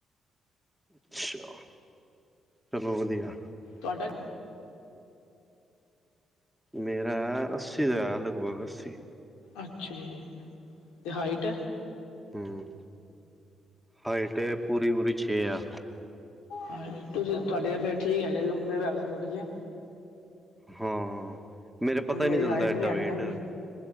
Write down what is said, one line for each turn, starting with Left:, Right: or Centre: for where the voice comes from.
Centre: ਅੱਛਾ, ਚਲੋ ਵਧੀਆ।
Left: ਤੁਹਾਡਾ
Centre: ਮੇਰਾ ਅੱਸੀ ਦਾ ਲਗਭਗ ਅੱਸੀ।
Left: ਅੱਛਾ ਜੀ, ਅਤੇ ਹਾਈਟ?
Centre: ਹਮ ਹਾਈਟ ਏ ਪੂਰੀ- ਪੂਰੀ ਛੇ ਆ।
Left: ਹਾਂਜੀ, ਤੁਸੀਂ ਤੁਹਾਡੇ ਫੇਰ ਠੀਕ ਹੈਗੇ ਲੰਬੇ ਵੀ ਹੈਗੇ ਥੋੜ੍ਹੇ ਜੇ।
Centre: ਹਾਂ- ਹਾਂ ਮੇਰੇ ਪਤਾ ਹੀ
Left: ਮੇਰੀ
Centre: ਨਹੀਂ ਚੱਲਦਾ
Left: ਹਾਈਟ
Centre: ਏਡਾ
Left: ਹੈਗੀ
Centre: ਵੇਟ।
Left: ਨਾ ਇੰਨੀ